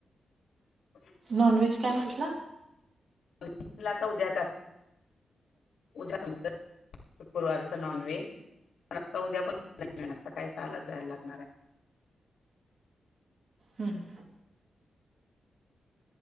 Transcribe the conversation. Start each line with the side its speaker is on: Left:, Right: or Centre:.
Left: <inaudible>
Right: नॉनव्हेज काय म्हटलं?
Left: <unintelligible> उद्या म्हटलं, शुक्रवारच नॉनव्हेज पण आता उद्या पण येणार सकाळी सहालाच जायला लागणारये.
Right: हम्म.